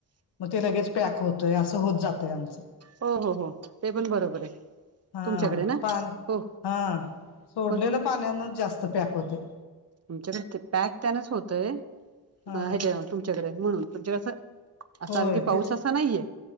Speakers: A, on the left; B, on the right.
A: मग ते लगेच पॅक होतय असं होत जातय आमच-
B: हो हो हो ते पण बरोबर आहे.
A: हा
B: तुमच्याकडे ना
A: पान
B: हो
A: हा सोडलेल्या
B: पण
A: पाण्यानच जास्त पॅक होते.
B: तुमच्याकडे ते पॅक त्यानच होतय
A: हा
B: हच्या तुमच्याकडे म्हणून तुमच्या कसं- आता
A: होय
B: अगदी पाऊस
A: तेच
B: असा नाहीये,